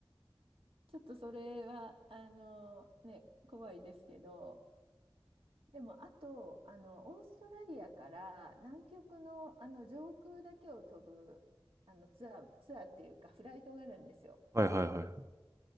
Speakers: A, on the right; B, on the right.
A: ちょっとそれは、あの、ね、怖いですけど、でも、あと、あの、オーストラリアから南極の、あの上空だけを飛ぶあのツアー、ツアーっていうか、フライトがあるんですよ。
B: はいはいは